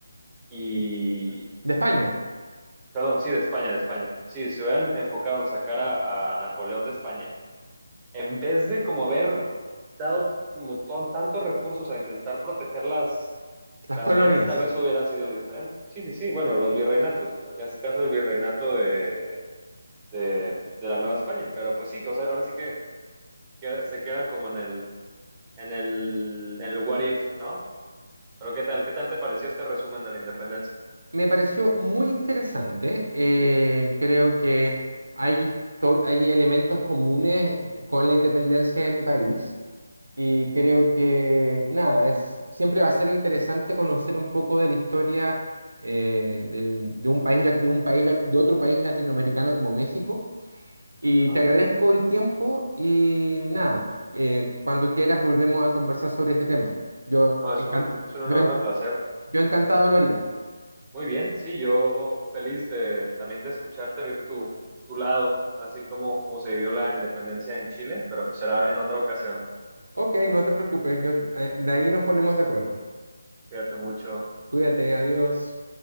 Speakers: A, on the right; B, on the right.
A: y
B: De España,
A: Perdón, sí, de España, de España. Sí, se hubieran enfocado en sacar a, a Napoleón de España. En vez de como haber dado como ton- tantos recursos a intentar proteger las,
B: las
A: las
B: colonias.
A: colonias, tal vez hubiera sido diferente. Sí, sí, sí. Bueno, los virreinatos. Acá en este caso el virreinato de, de, de la Nueva España. Pero pues sí, o sea, ahora sí que, que se queda como en el, en el, en el what if, ¿no? Pero ¿qué tal? ¿Qué tal te pareció este resumen de la independencia?
B: Me pareció muy interesante. eh, creo que hay, histo- hay elementos comunes con la independencia de mi país. Y creo que nada, es, siempre va a ser interesante conocer un poco de la historia eh, del- de un país, la- de un país, la- de otro país latinoamericano como México. Y
A: ¿No?
B: te agradezco el tiempo y nada, eh, cuando quieras volvemos a conversar sobre este tema. Yo,
A: No, es
B: encan-
A: un, es un
B: yo,
A: enorme
B: en-
A: placer
B: yo encantado lo haría.
A: Muy bien, sí, yo feliz de también de escucharte, ver tu, tu lado, así como, como se vivió la independencia en Chile, pero pues será en otra ocasión.
B: Ok, no te preocupes, yo, eh, de ahí nos ponemos de acuerdo.
A: Cuídate mucho.
B: Cuídate, adiós.